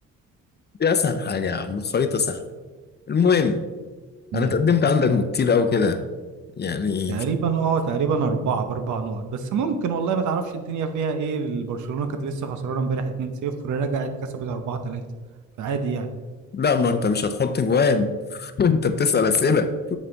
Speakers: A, on the left; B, on the right.
A: دي أسهل حاجة يا عم الخريطة سهلة المهم
B: امم
A: أنا تقدمت عندك كتير أوي كده يعني
B: تقريبا اه تقريبا اربعه باربع نقط بس ممكن والله ما تعرفش الدنيا فيها ايه برشلونه كانت لسه خسرانه امبارح 2-0 رجعت كسبت 4-3 فعادي يعني
A: لا ما أنت مش هتحط جوان <laughs> أنت بتسأل أسئلة